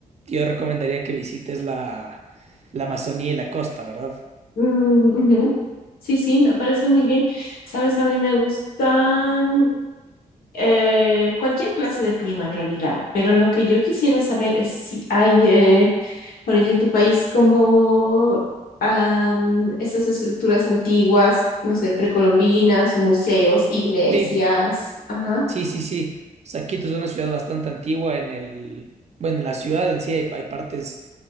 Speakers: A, on the right; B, on the left.
A: Yo recomendaría que visites la, la Amazonía y la costa, ¿verdad?
B: Mm, ujú. Sí, sí, me parece muy bien. ¿Sabes? A mí me gustan. eh, cualquier clase de clima en realidad, pero lo que yo quisiera saber es si hay, eh, por allí en tu país, como am, esas estructuras antiguas, no sé, precolombinas, museos, iglesias.
A: Sí,
B: Ajá.
A: Sí, sí, sí. O sea, Quito es una ciudad bastante antigua en el, bueno, en la ciudad en sí hay, hay partes,